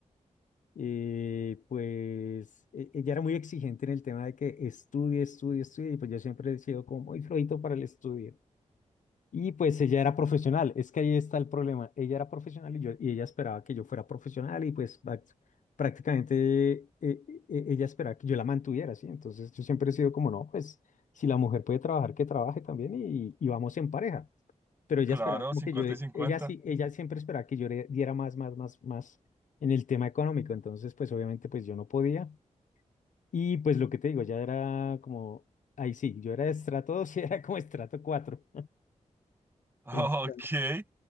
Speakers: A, on the left (about 85°); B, on the right (about 20°).
A: eh, pues e- ella era muy exigente en el tema de que estudie, estudie, estudie, y pues yo siempre he sido como muy flojito para el estudio. Y pues ella era profesional, es que ahí está el problema. Ella era profesional y, yo, y ella esperaba que yo fuera profesional y pues prac- prácticamente eh, eh, eh, ella esperaba que yo la mantuviera, ¿sí? Entonces yo siempre he sido como, no, pues si la mujer puede trabajar, que trabaje también y, y vamos en pareja. Pero ella
B: Claro,
A: esperaba como
B: 50
A: que yo,
B: y 50.
A: ella sí, ella siempre esperaba que yo le diera más, más, más, más en el tema económico. Entonces pues obviamente pues yo no podía. Y pues lo que te digo, ya era como, ahí sí, yo era de estrato 2 y era como estrato cuatro
B: <laughs>
A: <laughs>
B: Ok.